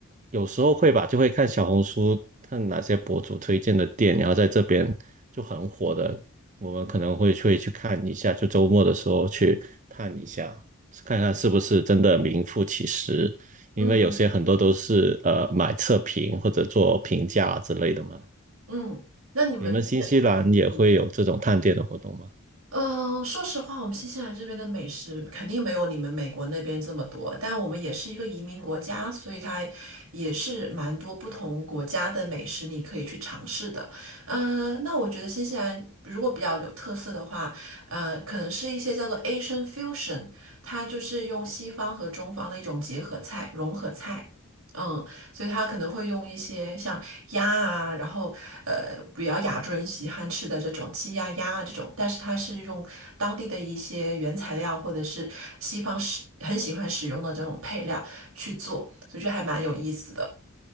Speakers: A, on the right; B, on the right.
A: 有时候会吧，就会看小红书，看哪些博主推荐的店，然后在这边就很火的，我们可能会会去看一下，就周末的时候去探一下，看看是不是真的名副其实，
B: 嗯嗯
A: 因为有些很多都是呃买测评或者做评价之类的嘛。
B: 嗯，那你们的
A: 你们新西兰也会有这种探店的活动吗？
B: 体验？嗯，呃说实话，我们新西兰这边的美食肯定没有你们美国那边这么多，但我们也是一个移民国家，所以它也是蛮多不同国家的美食你可以去尝试的。嗯，那我觉得新西兰如果比较有特色的话，呃，可能是一些叫做 Asian fusion，它就是用西方和中方的一种结合菜、融合菜。嗯，所以他可能会用一些像鸭啊，然后呃比较亚洲人喜欢吃的这种鸡呀、鸭啊这种，但是他是用当地的一些原材料或者是西方使很喜欢使用的这种配料去做，所以就还蛮有意思的。